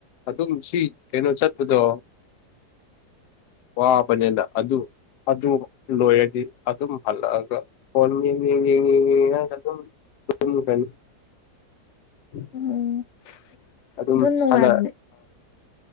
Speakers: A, on the left (about 85°); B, on the left (about 65°).
A: ꯑꯗꯨꯝ ꯁꯤ ꯀꯩꯅꯣ ꯆꯠꯄꯗꯣ ꯋꯥꯕꯅꯦꯗ ꯑꯗꯨ ꯑꯗꯨ ꯂꯣꯏꯔꯗꯤ ꯑꯗꯨꯝ ꯍꯜꯂꯛꯑꯒ ꯍꯣꯟ ꯌꯦꯡ ꯌꯦꯡ ꯌꯦꯡ ꯌꯦꯡ ꯌꯦꯡꯉꯒ ꯑꯗꯨꯝ ꯀ ꯀꯅꯤ
B: ꯎꯝ
A: ꯑꯗꯨꯝꯅꯅꯤ
B: ꯑꯗꯨ ꯅꯨꯡꯉꯥꯏꯕꯅꯦ